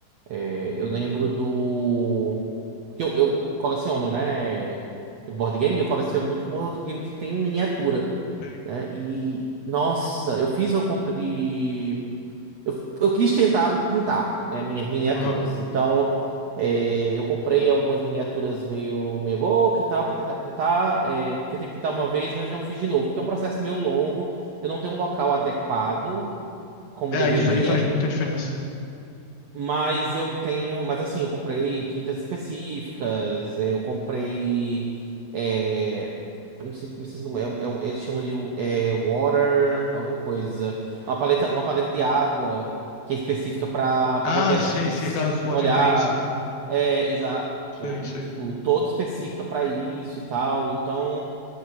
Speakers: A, on the right; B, on the left.
A: É, Eu lembro do. Porque eu, eu coleciono, né? Board game, eu coleciono muito board game que tem miniatura,
B: sim.
A: né? E, nossa, eu fiz uma compra de. Eu, eu quis tentar pintar, né, minhas miniaturas.
B: Aham.
A: Então, é, eu comprei algumas miniaturas meio meia boca e tal, para tentar pintar. É, tentei pintar uma vez, mas não fiz de novo, porque é um processo meio longo. Eu não tenho um local adequado, como
B: É,
A: deveria.
B: isso aí faz muita diferença.
A: Mas eu tenho. Mas assim, eu comprei tintas específicas, eu comprei. É, eu não sei, não sei como é, é um- eles chamam de é, water, alguma coisa. Uma paleta, uma paleta de água que é específica para para
B: Ah,
A: manter as
B: sim,
A: tintas
B: sim, aquelas water
A: molhar.
B: paints, né?
A: É, exato.
B: Sim,
A: E,
B: sim.
A: tipo, toda específica para isso e tal. Então,